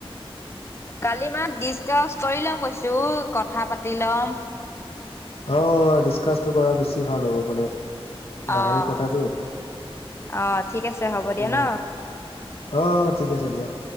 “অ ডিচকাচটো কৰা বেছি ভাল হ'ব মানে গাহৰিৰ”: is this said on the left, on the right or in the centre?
Left